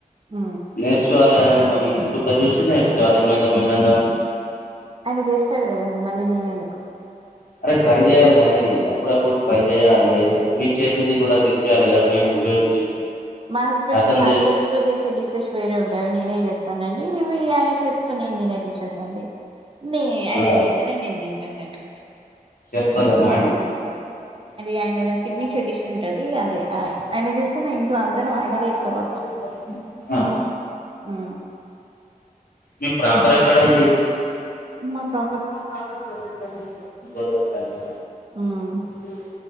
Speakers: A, on the right; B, on the left.
A: ఉ
B: నేర్చుకోవాలి కదండి మరి యూట్యూబ్ లో చూసి నేర్చుకోవలి మెల్లమెల్లంగా
A: ఆయన చేస్తాడు కదండి మళ్ళీ నేను ఎందుకు
B: అరే ట్రై చేయాలి కదండి అప్ ప్పుడు అప్పుడు ట్రై చేయాలి మీ చేతిది కూడా తినిపియాలిగా మీ హస్బెండ్ కి
A: మా హస్బెండ్
B: అతను
A: కి నా
B: చేసి
A: చేతితో చేసే డిషెస్ వేరే ఉంటాయి అవి నేనే చేస్తానండి ఇవి ఆయన చే తో నేను తినేపిచ్చేసా అండి నీ
B: అలా
A: ఆయన చేస్తేనే నేను తింటానండి
B: చేరి సగమా అండి <unintelligible>
A: అది ఆయనది సిగ్నేచర్ డిష్ ఉంటది అదే ఆయన చేస్తేనే ఇంట్లో అందరం ఆయనదే ఇష్టపడతాం
B: ఆహ
A: ఆ
B: మీ ప్రాపర్ ఎక్కడండి
A: మా ప్ర
B: మా ప్రాపర్ గోదావరిఖని అండి గోదావరిఖనా
A: ఉమ్
B: ఉ